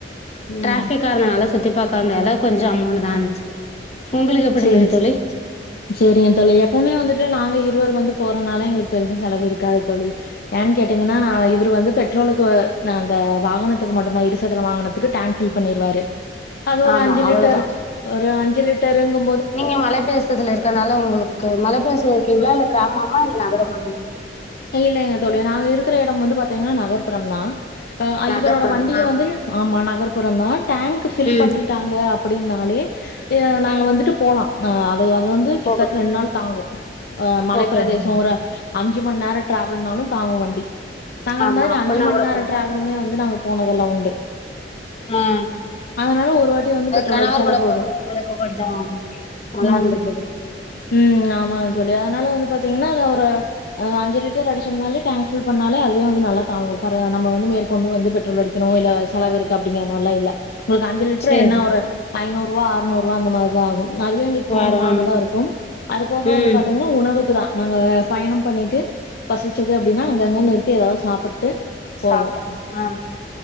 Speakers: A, on the left; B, on the left.
A: ம்
B: ட்ராஃபிக்கா இருந்னால சுத்தி பாக்க வர் முடியால கொஞ்ச அமோண்டு தா ஆனுச்சு உங்களுக்கு எப்டி
A: சேரிச்
B: இருந்தது தோழி
A: சேரிங்க தோழி எப்பவுமே வந்துட் நாங்க இருவர் வந்து போறனால எங்ளுக் பெருசா செலவு இருக்காது தோழி ஏன் கேட்டீங்கனா இவுர் வந்து பெட் ட்ரோலுக்குவ நா அந்த வாகனத்துக்கு மட்டுந்தா இருசக்கர வாகனத்துக்கு டேங்க் ஃபில் பண்ணிருவாரு அது ஒரு
B: ஆமா
A: அஞ்சி
B: அவ்ளோதா
A: லிட்டர் ஒரு அஞ்சு லிட்டருங்ம
B: நீங்க மல பேசதுல இருக்கனால உங்குளுக்கு மல பேசுல இருக்கீங்ளா இல்ல கிராமம் மா இல் நகரமா நீங்
A: இல்லைக தோழி நாங்க இருக்குற எ டம் வந்து பாத்தீங்னா நகர்புறம் தா அ
B: நகர்புறம்
A: இவரோட வண்டிய
B: ஆ
A: வந்து ஆமா நகர்புறந்தா டேங்க் ஃபில்
B: ம்
A: பண்ணிட்டாங்க அப்படின்னாலே நாங்க
B: ம்
A: வந்துட்டு போலா அது அது வந்து கிட்த்தட்ட
B: போகலாம்
A: ரெண் நாள் தாங்கு அ மலைபிரதேசொ
B: ஓகே ஓகே
A: ஒரு அஞ்சு மண் நேரொ ட்ராவெல்னாலு தாங்கு வண்டி நாங்க அந்த
B: ஆமா
A: மாதுரி
B: அப்பனா
A: அஞ்சு மண்
B: கூட
A: நேர
B: பரவா
A: ட்ராவலுமே வந்து நாங்க போனதெல்லா உண்டு
B: ம்
A: அதனால ஒரு வாட்டி வந்து பெட்ரோல்
B: கணவர்
A: அடிச்சாலே
B: கூட
A: போதும்
B: போகு ஒங்குளுக்கு கொஞ்சொ நல்லார்ந்துருக்கு
A: ம் ம் ஆமாங்க தோழி அதனால வந்து பாத்தீங்கன்னா அத ஒரு அஞ்சுலிட்டர் அடிச்சம்னாலே டேங்க் ஃபுல் பண்ணாலே அதுவே வந்து நல்லா தாங்கு ஃபரு நம்ம வந்து மேற்கொண்டு வந்து பெட்ரோல் அடிக்கணு வெள்ள வேர் செலவிருக்கு அப்டிங்கிற மார் லா இல்ல ஒங்ளுக்கு அஞ்சு லிட்ரு
B: சரி
A: என்ன
B: சரி
A: ஒரு ஐநூறுவா அறுநூறுவா அந்த மாரிதா ஆகு அதுவே எங்ளுக் போணுமானதா
B: வரோம் ஆமா
A: இருக்கு அது போக
B: ம்
A: வந்து பாத்தீங்னா உணவுக்கு தா நாங்க பயணம் பண்ணிட்டு பசிச்சிது அப்டினா அங்கங்க நிற்த்தி ஏதாவ்து சாப்புட்டு
B: சாப்ட்டுக்னு
A: போவோ
B: அ